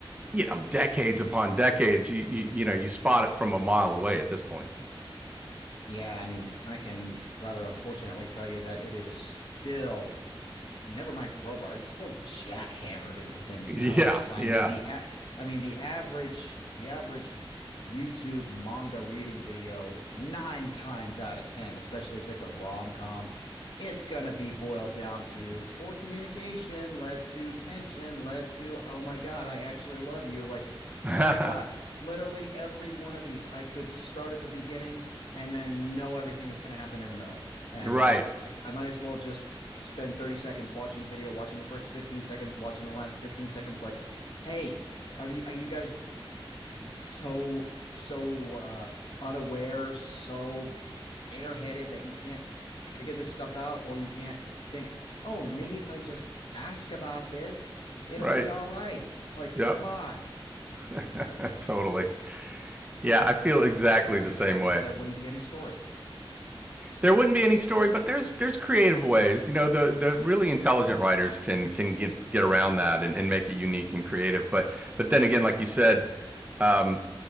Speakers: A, on the right; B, on the left.
A: you know decades upon decades, you you, you know you spot it from a mile away at this point.
B: Yeah, and I can rather unfortunately tell you that it is still never mind crowbar it's still jackhammered into things
A: Yeah,
B: nowadays i
A: yeah,
B: mean the a- i mean the average the average youtube manga reading video nine times out of ten especially if it's a rom-com it's gonna be boiled down to poor communication led to tension led to oh my god i actually love you like
A: <laughs>
B: oh my god literally every one of these i could start at the beginning and then know everything that's gonna happen in the middle and
A: right,
B: just I, I might as well just spend 30 seconds watching the video, watching the first 15 seconds, watching the last 15 seconds. Like, hey, are the are you guys so so uh, unaware, so airheaded that you can't figure this stuff out, or you can't think, oh, maybe if I just ask about this, it'll
A: right.
B: be all right. Like,
A: Yep,
B: come on.
A: <laughs> totally. Yeah, I feel exactly
B: But then
A: the
B: again,
A: same
B: I guess
A: way.
B: there wouldn't be any story.
A: There wouldn't be any story, but there's there's creative ways. You know, the the really intelligent writers can can get get around
B: Yeah.
A: that and, and make it unique and creative. But but then again, like you said, um,